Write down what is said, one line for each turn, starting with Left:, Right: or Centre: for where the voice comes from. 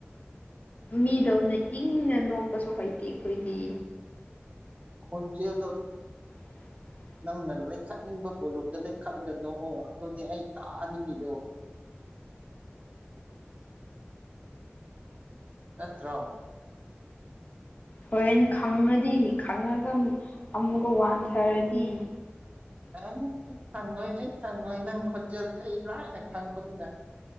Left: ꯃꯤꯗꯧꯅ ꯏꯪꯅ ꯅꯣꯛꯄꯁꯨ ꯍꯩꯇꯦ ꯑꯩꯈꯣꯏꯗꯤ
Right: ꯈꯣꯟꯖ‌ꯦꯜꯗ‌ꯣ
Left: <inaudible>
Right: ꯅꯪꯅ ꯂꯩꯈꯠꯅꯤꯡꯕ ꯕꯣꯂꯨꯝꯗ ꯂꯩꯈꯠꯂꯒ ꯅꯣꯛꯑꯣ ꯑꯗꯨꯅꯦ ꯑꯩ ꯇꯥꯅꯤꯡꯉꯤꯗꯣ ꯅꯠꯇ꯭ꯔꯣ
Left: ꯍꯣꯔꯦꯟ ꯈꯪꯉꯗꯤ ꯈꯪꯉꯒ ꯑꯃꯨꯛ ꯑꯃꯨꯛꯀ ꯋꯥꯟꯊꯔꯗꯤ
Right: ꯑꯦ ꯑꯩ ꯈꯪꯉꯣꯏ ꯑꯩ ꯈꯪꯉꯣꯏ ꯅꯪ ꯈꯣꯟꯖꯦꯜꯁꯦ ꯑꯩ ꯂꯥꯏꯅ ꯈꯪꯕꯅꯤꯅ